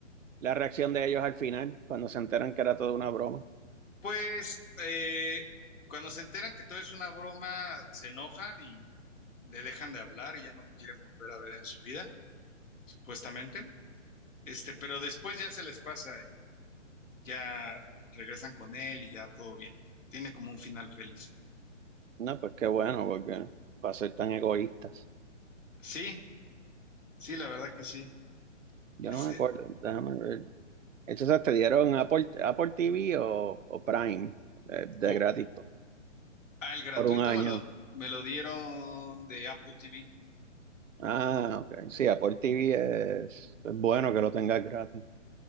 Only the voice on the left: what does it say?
Pues eh, cuando se enteran que todo es una broma, se enojan y le dejan de hablar y ya no lo quieren volver a ver en su vida, supuestamente. Este, pero después ya se les pasa y ya regresan con él y ya todo bien. Tiene como un final feliz.
Sí, sí, la verdad que sí.
Es,
eh,
co-
ah, el gratuito
me lo, me lo dieron de Apple TV.